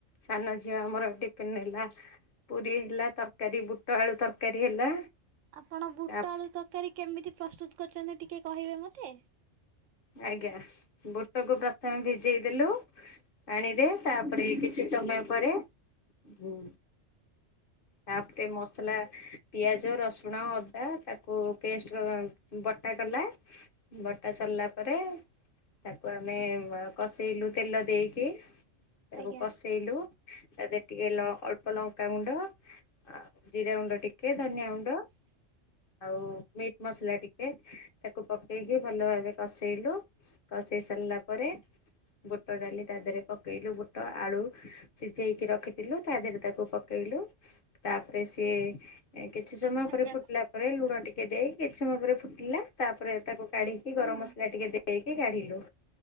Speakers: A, on the left; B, on the right.
A: ସାନ ଝିଅ ଆମର ଟିପିନ୍ ନେଲା। ପୁରୀ ହେଲା, ତରକାରୀ ବୁଟ ଆଳୁ ତରକାରୀ ହେଲା।
B: ଆପଣ ବୁଟ
A: ତା
B: ଆଳୁ ତରକାରୀ କେମିତି ପ୍ରସ୍ତୁତ କରଚନ୍ତି ଟିକେ କହିବେ ମତେ?
A: ଆଜ୍ଞା ବୁଟକୁ ପ୍ରଥମେ ଭିଜେଇ ଦେଲୁ ପାଣିରେ ତାପରେ କିଛି ଚମୟ ପରେ ଉଁ ତାପରେ ମସଲା, ପିଆଜ, ରସୁଣ, ଅଦା ତାକୁ ପେଷ୍ଟର ଅ ବ ଟା କଲା, ବଟା ସରିଲା ପରେ ତାକୁ ଆମେ ୱା କଷେଇଲୁ ତେଲ ଦେଇକି। ତାକୁ
B: ଆଜ୍ଞା
A: କଷେଇଲୁ ତା ଦେହରେ ଟିକେ ଲ ଅଳ୍ପ ଲଙ୍କାଗୁଣ୍ଡ ଆ ଜିରା ଗୁଣ୍ଡ ଟିକେ, ଧନିଆ ଗୁଣ୍ଡ ଆଉ ମିଟ୍ ମସଲା ଟି ଏ ତାକୁ ପକେଇକି ଭଲ ଭାବେ କଷେଇଲୁ, କଷେଇ ସାରଲା ପରେ ବୁଟ ଡାଲି ତା ଦେହରେ ପକେଇଲୁ ବୁଟ, ଆଳୁ ସିଝେଇକି ରଖିଥିଲୁ ତା ଦେହରେ ତାକୁ ପକେଇଲୁ। ତାପରେ ସିଏ ଏ କିଛି ସମୟ
B: ଆଜ୍ଞା
A: ପରେ ଫୁଟିଲା ପରେ ଲୁଣ ଟିକେ ଦେଇ କିଛି ମ ପରେ ଫୁଟିଲା ତାପରେ ତାକୁ କାଢ଼ିକି
B: ହୁଁ
A: ଗରମ ମସଲା ଟିକେ ଦେଇକି କାଢିଲୁ।